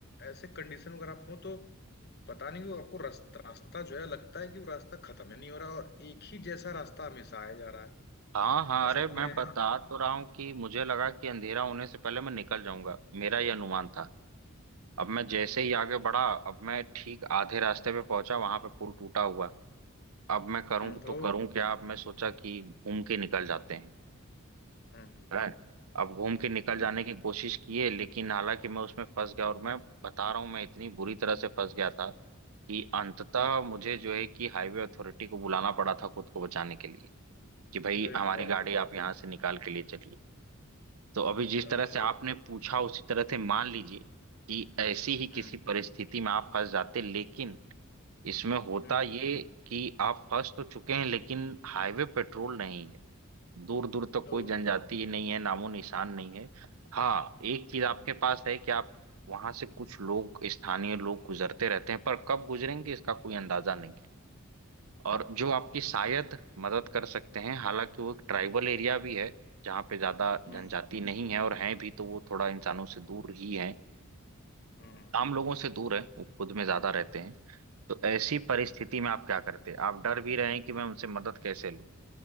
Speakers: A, on the left; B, on the right.
A: ऐसे कंडीशन में अगर आप हो तो पता नहीं क्यों आपको रास्ता रास्ता जो है लगता है कि वो रास्ता खत्म ही नहीं हो रहा और एक ही जैसा रास्ता हमेशा आया जा रहा है
B: हाँ हाँ
A: ऐसा
B: अरे
A: अपने
B: मैं बता तो रहा हूँ कि मुझे लगा कि अंधेरा होने से पहले मैं निकल जाऊंगा मेरा ये अनुमान था अब मैं जैसे
A: हम्म
B: ही आगे बढ़ा अब मैं ठीक आधे रास्ते पे पहुंचा वहां पे पुल टूटा हुआ अब मैं करूँ
A: हम्म
B: तो करूँ
A: ओ
B: क्या अब मैं सोचा कि घूम के निकल जाते हैं
A: हम्म
B: है अब घूम के निकल
A: हम्म
B: जाने की कोशिश किए लेकिन हालांकि मैं उसमें फंस गया और मैं बता रहा हूँ मैं इतनी बुरी तरह से फंस गया था कि अंततः
A: हम्म।
B: मुझे जो है कि हाईवे अथॉरिटी को बुलाना पड़ा था खुद को बचाने के लिए कि भाई
A: अरे
B: हमारी
A: बाप
B: गाड़ी
A: रे बाप।
B: आप यहाँ से निकाल के लिए चलिए तो अभी जिस तरह
A: ओहो
B: से आपने पूछा उसी तरह से मान लीजिए कि ऐसी ही
A: हम्म
B: किसी परिस्थिति में आप फंस जाते लेकिन इसमें होता
A: हम्म
B: ये कि आप फंस तो चुके हैं लेकिन हाईवे पेट्रोल नहीं है दूर दूर तक कोई
A: ओ
B: जनजाति ही नहीं है नामो निशान नहीं है हाँ एक चीज आपके पास है कि आप वहां से कुछ लोग स्थानीय लोग गुजरते रहते हैं पर कब गुजरेंगे इसका कोई अंदाजा नहीं है और
A: हम्म
B: जो आपकी शायद मदद कर सकते हैं हालांकि वो एक ट्राइबल एरिया भी है जहाँ पे ज्यादा
A: हम्म,
B: जनजाति नहीं है और हैं भी तो वो थोड़ा इंसानों से दूर ही है
A: हम्म।
B: आम लोगों से दूर है वो खुद में ज्यादा रहते हैं तो ऐसी परिस्थिति में आप क्या करते आप डर भी रहे हैं कि मैं उनसे मदद कैसे लूं